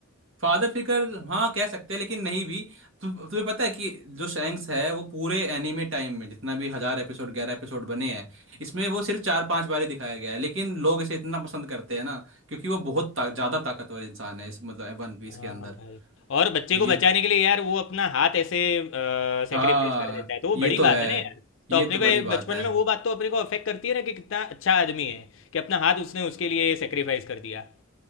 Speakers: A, on the right; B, on the left.
A: फादर फिगर हाँ कह सकते हैं लेकिन नहीं भी तु, तुम्हें पता है कि जो सैंक्स है वो पूरे एनीमे टाइम में जितना भी हजार एपिसोड ग्यारह एपिसोड बने हैं इसमें वो सिर्फ चार पांच बार ही दिखाया गया है लेकिन लोग इसे इतना पसंद करते हैं ना क्योंकि वो बहुत ता, ज्यादा ताकतवर इंसान है इस मतलब वन पीस
B: हाँ
A: के अंदर
B: भाई और बच्चे को
A: ये
B: बचाने
A: तो,
B: के लिए यार वो अपना हाथ ऐसे सेक्रीफाइस
A: हाँ
B: कर देता है तो वो
A: ये
B: बड़ी
A: तो
B: बात
A: है
B: है ना यार तो
A: ये
B: अपने
A: तो
B: को
A: बड़ी
B: ये
A: बात
B: बचपन
A: है
B: में वो बात तो अपने को अफेक्ट करती है ना कि कितना अच्छा आदमी है कि अपना हाथ उसने उसके लिए सेक्रीफाइस कर दिया